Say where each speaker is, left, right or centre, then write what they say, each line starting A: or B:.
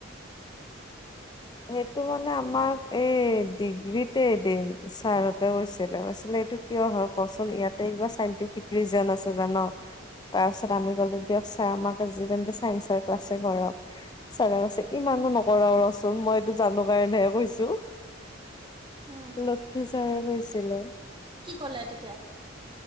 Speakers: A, on the left; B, on the right.
A: সেইটো মানে আমাক এই ডিগ্ৰীতেদ ছাৰতে গৈছিলে গৈছিলে সেইটো কিয় হয় কচোন ইয়াতে ইবাৰ চাইন্টিফিক ৰিজন আছে জান। তাৰ পিছত আমি গ'লো দিয়ক ছাৰ আমাক যি তে চাইন্সৰ ক্লাছে কৰক ছাৰে কছে ইমান, নকৰা ৰচোন মই এইটো জানো কাৰণেহে কৈছো
B: উম,
A: লক্ষী ছাৰে কৈছিলে,
B: কি ক'লে তেতিয়া